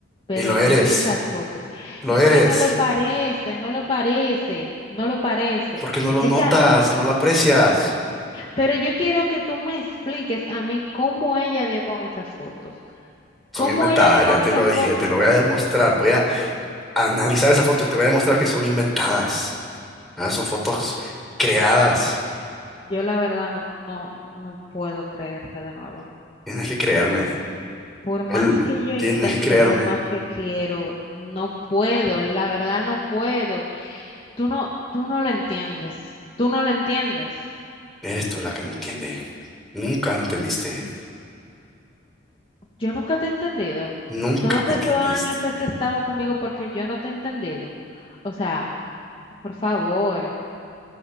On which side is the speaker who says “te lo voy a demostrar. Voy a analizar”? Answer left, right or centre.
Centre